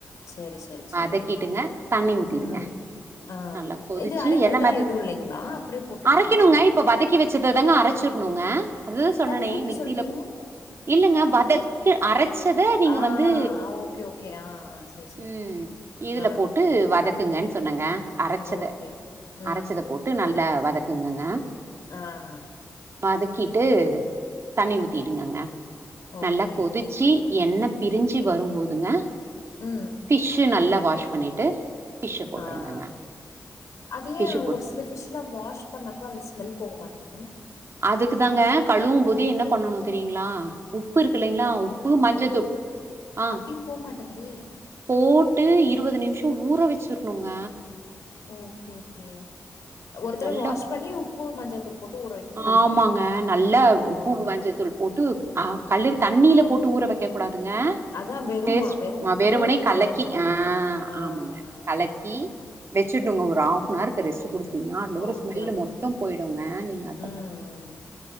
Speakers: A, on the left (about 75°); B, on the right (about 55°).
A: சரி சரி சரி
B: வதக்கிட்டுங்க
A: ஓகே
B: தண்ணி ஊத்திடுங்க
A: ம் ஆ
B: நல்லா கொதிச்சு
A: இது அரைக்கிறதெல்லாம்
B: எண்ண மெதந்து
A: எதுவும் இல்லைங்களா அப்படியே போட்டுருணுமா
B: அரைக்கணுங்க இப்ப இப்ப வதக்கி வச்சதுதாங்க அரைச்சருணுங்க அதுதா சொன்னேனே
A: தண்ணி ஊத்தி
B: மிஸ்சில
A: சொல்ட்டீங்க
B: இல்லங்க வதக்கு அரைச்சத நீங்க
A: ஆ
B: வந்து
A: ஓகே, ஓகே. ஆ, ஆ. சரி, சரி.
B: ம் இதுல
A: ஆ,
B: போட்டு வதக்குங்கன்னு சொன்னங்க அரைச்சத
A: ஓகே. ம்,
B: அரைச்சத போட்டு நல் இல்ல வதக்குங்கங்க இல
A: ஆஹ் ஆ
B: வதக்கிட்டு தண்ணி ஊத்திடுங்க
A: ஓகே.
B: நல்லா கொதி ச்சு எண்ண பிரிஞ்சு வரும் போதுங்க
A: ம்.
B: பிஷ் நல்லா வாஷ் பண்ணிட்டு ஃபிஷ்ஷ போட்டுருங்கங்க
A: ஆஹ் அது
B: டிஷ்யூ
A: ஏன்
B: போட்டு
A: ஒரு சில ஃபிஷ் நல்லா வாஷ் பண்ணா பா அந்த ஸ்மெல் போக மாட்டேங்கது
B: அதுக்குதாங்க கழுவு போதே என்ன பண்ணனு தெரியுங்களா உப்பு இருக்குலிங்களா உப்பு மஞ்சத்தூள் ஆ
A: அப்பயும் போ மாட்டேங்குதே!
B: போட்டு இருவது நிமிஷ ஊற வச்சிருணுங்க
A: ஓகே ஓகே ஒருத்தட
B: நல்லா
A: வாஷ் பண்ணி உப்பு மஞ்சத்தூள் போட்டு ஊற வைக்கணும்.
B: ஆமாங்க நல்லா
A: ஓ!
B: உப்பு மஞ்சத்தூள்
A: ஓகே.
B: போட்டு ஆ கல்லு தண்ணில போட்டு ஊற வைக்க கூடாதுங்க
A: அதான் வெறுமா?
B: பேஸ்ட்
A: வெறும் உப்பும்,
B: வெருமனே கலக்கி
A: மஞ்சாத்தூள் மட்டும்.
B: ஆ
A: ஆ, ஆ.
B: ஆமாங்க கலக்கி
A: அதாங்க.
B: வச்சுடுங்க ஒரு ஹஃப் நவர் ரெஸ்ட் கொடுத்துட்டீங்கன்னா அதில் வரு
A: ஓகே,
B: ஸ்மெல்
A: ஓகே.
B: மொத்த போயிடுங்க நீங்க அப்த
A: ம், ம்.